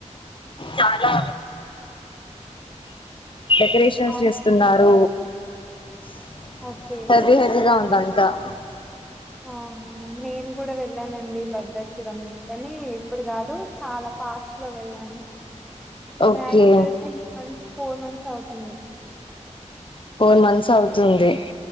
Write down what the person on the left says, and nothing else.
చాలా డెకరేషన్స్
చేస్తున్నారు <unintelligible>
త్త
Okay
four months అవుతుంది